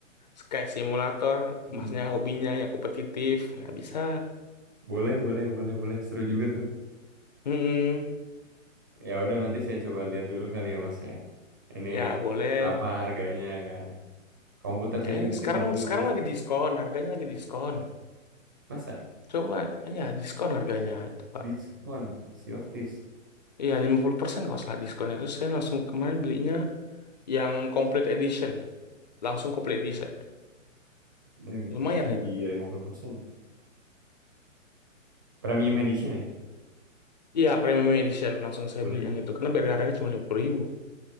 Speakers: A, on the left; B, on the right.
A: Sky Simulator,
B: Mm-mm.
A: masnya hobinya yang kompetitif, ya bisa.
B: Boleh, boleh, boleh, boleh. Seru juga tuh.
A: Mm-mm.
B: Ya udah nanti saya coba lihat dulu kali ya Mas ya. Ini
A: Ya boleh.
B: apa harganya kan. Komputer saya
A: Kayaknya
B: juga
A: sekarang
B: sih bentuin
A: sekarang
B: dulu.
A: lagi diskon, harganya lagi diskon.
B: Masa
A: Coba, ya diskon harganya itu Pak.
B: diskon Sea of Thieves?
A: Iya 50% kalau salah diskonnya. Terus saya langsung kemarin belinya yang complete edition. Langsung complete edition.
B: Hmm.
A: Lumayan itu.
B: Iya, 50% ya. Premium Edition ya?
A: Iya premium edition langsung saya
B: Boleh
A: beli
B: nih.
A: yang itu. Karena biar harganya cuma 50 ribu.